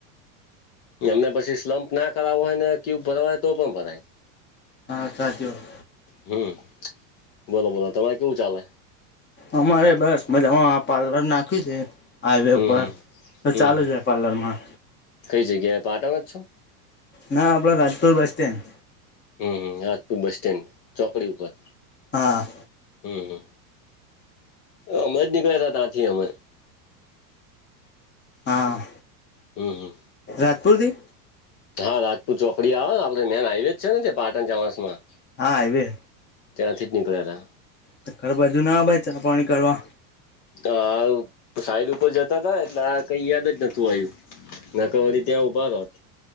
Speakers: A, on the left (about 50°); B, on the left (about 20°).
A: એમને પછી સ્લમપ ના કરાવવો હોય ને ક્યુબ ભરવા હોય તો પણ ભરાય
B: હા સાચી વાત
A: હમ બોલો બોલો તમારે કેવું ચાલે
B: અમારે બસ મજામાં આ પાર્લર નાખ્યું છે હાઈવે
A: હમ
B: ઉપર
A: હમ
B: તો
A: હમ
B: ચાલુ
A: હમ
B: જ પાર્લરમાં
A: કઈ જગ્યાએ પાટણ માજ છો
B: ના આપણા રાજપુર બસ સ્ટેન્ડ
A: હમ આપુર બસ સ્ટેન્ડ ચોકડી ઉપર
B: હા
A: હમ હમ અમે જ નીકળ્યા હતા ત્યાંથી અમે
B: હા.
A: હમ
B: રાજપુરથી
A: હા હા રાજપુત ચોકડી આવે ને આપણે મેન હાઈવેજ છે ને પાટણ ચોણસ માં
B: હા હાઈવે
A: ત્યાંથી જ નીકળ્યા હતા
B: તો ઘર બાજુ ના આવાય ચા પાણી કરવા
A: તા સાઈડ ઉપર જતા હતા ને એટલે આ કઈ યાદ જ નતું આવ્યું નક વરી ત્યાં ઉભા રત